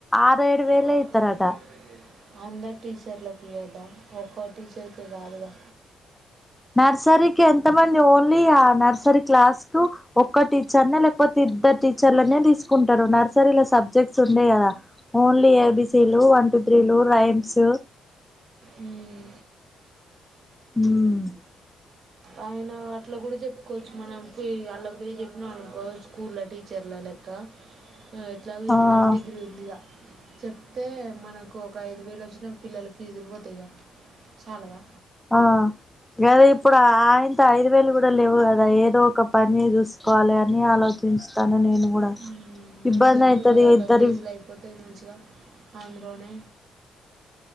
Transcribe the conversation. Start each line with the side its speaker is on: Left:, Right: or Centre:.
Centre: ఆరు ఏడు వేలే
Right: వాట్సాప్లో
Centre: ఇత్తరట
Right: మెసేజ్ అయితే చేయి అందరు టీచర్లలకు ఇయ్యోద్దా ఒక్కో టీచర్కే కాదుగా
Centre: నర్సరీకి ఎంత మంది ఓన్లీ ఆ నర్సరీ క్లాస్ కు ఒక్క టీచర్నే లేకపోతే ఇ ఇద్దరు టీచర్లనే తీసుకుంటరు నర్సరీలో సబ్జెక్ట్స్ ఉండయ్ కదా ఓన్లీ ఏబిసీ లు వన్ టు త్రీ లు రైమ్స్
Right: ఉమ్
Centre: మ్
Right: అయన అట్ల కూడా చెప్పుకోచ్చు మనం ఫి అల్లపోయి చెప్నవంకో స్కూళ్ల టీచర్ల లెక్క అ ఎట్లాగో ఇంటర్
Centre: ఆ
Right: డిగ్రీ ఉందిగా చెప్తే మనకు ఒక ఐదు వేలు వచ్చిన పిల్లల ఫీజులు పోతయ్ గ చాలవా
Centre: ఆ గదే ఇప్పుడు ఆయింత ఐదు వేలు కూడా లేవు కదా ఏదో ఒక పని చూసుకోవాలె అని ఆలో తీస్తాను నేను కూడా
Right: హుమ్
Centre: ఇబ్బంది
Right: అంతే
Centre: అయితది
Right: పిల్లగాళ్ళ
Centre: ఇద్దరి
Right: ఫీజులు అయిపోతయ్ మంచిగా అందులోనే